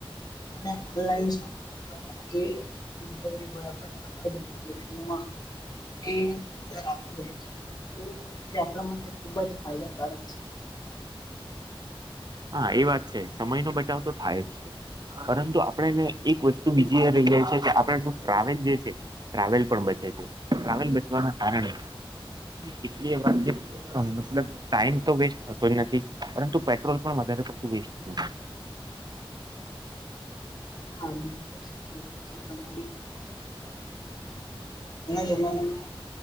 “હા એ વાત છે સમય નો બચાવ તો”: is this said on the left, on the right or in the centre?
Right